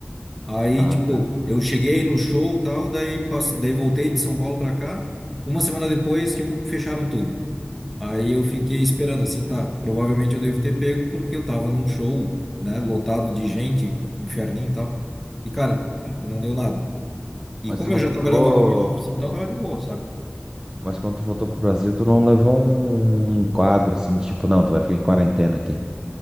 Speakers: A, in the centre; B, on the right (about 15°).
A: Aí,
B: ah,
A: tipo,
B: tá.
A: eu cheguei no show e tal, daí, passe... daí voltei de São Paulo pra cá, uma semana depois, tipo, fecharam tudo. Aí eu fiquei esperando, assim, tá, provavelmente eu devo ter pego porque eu tava num show, né, lotado de gente, inferninho e tal. E, cara, n- não deu nada. E
B: Mas
A: como
B: tu não
A: eu já
B: ficou.
A: trabalhava home office, então tava de boa, sabe?
B: Mas quando tu voltou pro Brasil, tu não levou um enquadro assim, tipo, não, tu vai ficar em quarentena aqui.